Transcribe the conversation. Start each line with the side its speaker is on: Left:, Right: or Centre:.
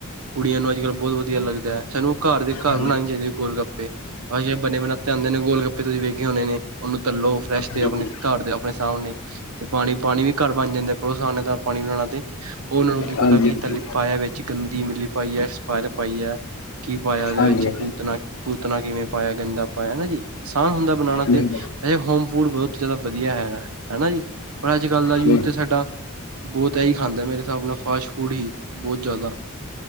Right: ਕੁੜੀਆਂ ਨੂੰ ਅੱਜ ਕੱਲ੍ਹ ਬਹੁਤ ਵਧੀਆ ਲੱਗਦੈ ਹੈ ਸਾਨੂੰ ਉਹ ਘਰ ਦੇ ਘਰ
Left: ਹਾਂਜੀ
Right: ਬਣਾਉਣੇ ਚਾਹੀਦੇ ਹੈ ਗੋਲ ਗੱਪੇ ਭਾਜੀ ਐ ਬੰਨੇ ਬੰਨਾਏ ਤੇ ਆਉਂਦੇ ਨੇ ਗੋਲ ਗੱਪੇ ਤੁਸੀਂ ਵੇਖੇ ਹੋਣੇ ਨੇ ਉਹਨੂੰ ਤਲੋ ਫਰੈਸ਼ ਤੇ
Left: ਬਿਲਕੁਲ,
Right: ਆਪਣੇ ਘਰ ਦੇ ਆਪਣੇ ਸਾਹਮਣੇ ਤੇ ਪਾਣੀ ਪਾਣੀ ਵੀ ਘਰ ਬਣ ਜਾਂਦਾ ਬੜਾ ਅਸਾਨ ਹੈ ਨਾਲ ਪਾਣੀ ਬਣਾਣਾ ਤੇ ਉਹਨਾਂ ਨੂੰ ਕੀ ਪਤਾ
Left: ਹਾਂਜੀ
Right: ਕੀ
Left: ਹਾਂਜੀ
Right: ਤੱਲ ਪਾਇਆ ਵਿੱਚ ਗੰਦੀ ਈਮਲੀ ਪਾਈਏ ਐਕਸਪਾਯਰ ਪਾਈਏ ਕੀ ਪਾਇਆ ਉਹਦੇ
Left: ਹਾਂਜੀ
Right: ਵਿੱਚ ਪੂਤਣਾ ਪੂਤਣਾ ਕਿਵੇਂ ਪਾਇਆ ਗੰਦਾ ਪਾਇਆ ਜੀ ਆਸਾਨ ਹੁੰਦੈ ਬਣਾਉਣਾ
Left: ਬਿਲਕੁਲ
Right: ਤੇ ਅਜੇ ਹੋਮ ਫੂਡ ਬਹੁਤ ਜ਼ਿਆਦਾ ਵਧੀਆ ਹੈਗਾ ਹੈਨਾ ਜੀ ਪਰ ਅੱਜ ਕੱਲ੍ਹ ਦਾ ਯੂਥ
Left: ਬਿਲਕੁਲ,
Right: ਤੇ ਸਾਡਾ ਬਹੁਤ ਇਹੀ ਖਾਂਦਾ ਹੈ ਮੇਰੇ ਹਿਸਾਬ ਨਾਲ ਫਾਸਟ ਫੂਡ ਹੀ ਬਹੁਤ ਜ਼ਿਆਦਾ